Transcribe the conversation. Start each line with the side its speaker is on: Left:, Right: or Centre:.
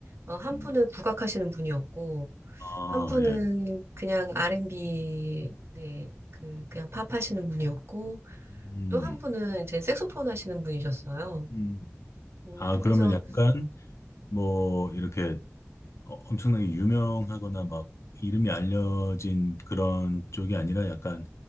Right: 어, 한
Left: 음.
Right: 분은 국악하시는 분이었고
Left: 아,
Right: 한 분은
Left: 예.
Right: 그냥 R&B 네, 그 그냥 팝 하시는 분이었고
Left: 음.
Right: 또 한 분은 이제 색소폰 하시는 분이셨어요.
Left: 음.
Right: 음,
Left: 아,
Right: 그래서,
Left: 그러면 음. 약간 뭐 이렇게 어- 엄청나게 유명하거나 막 이름이 알려진 그런 쪽이 아니라 약간